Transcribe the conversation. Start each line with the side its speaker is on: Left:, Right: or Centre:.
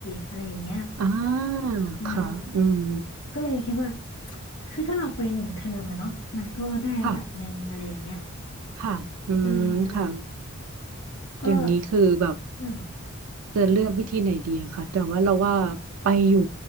Left: อะไรอย่างเงี้ย
Right: อ่า
Left: อืม
Right: ค่ะอืม
Left: ก็เลยคิดว่าคือถ้าเราไปหนึ่งเทอมอะเนาะมันก็ได้ระดับหนึ่งอะไรอย่างเงี้ย
Right: ค่ะค่ะอืมค่ะ
Left: เออก็
Right: อย่างนี้คือแบบ
Left: อืม
Right: จะเลือกวิธีไหนดีอะค่ะแต่ว่าเราว่าไปอยู่